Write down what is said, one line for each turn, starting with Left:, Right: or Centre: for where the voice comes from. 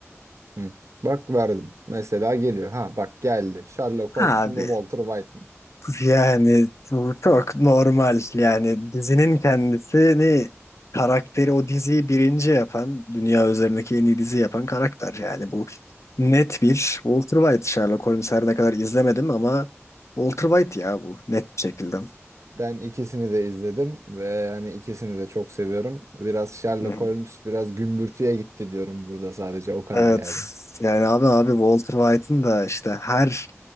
Right: Hı. Bak verdim. Mesela geliyor. Ha bak geldi. Sherlock Holmes
Left: Abi
Right: mu Walter White mı?
Left: yani bu çok normal. Yani dizinin kendisini karakteri o diziyi birinci yapan dünya üzerindeki en iyi dizi yapan karakter. Yani bu net bir Walter White. Sherlock Holmes her ne kadar izlemedim ama Walter White ya bu net bir şekilde.
Right: Ben ikisini de izledim ve yani ikisini de çok seviyorum. Biraz Sherlock
Left: Hı.
Right: Holmes biraz gümbürtüye gitti diyorum burada sadece o kadar
Left: Evet
Right: yani.
Left: yani abi abi Walter White'ın da işte her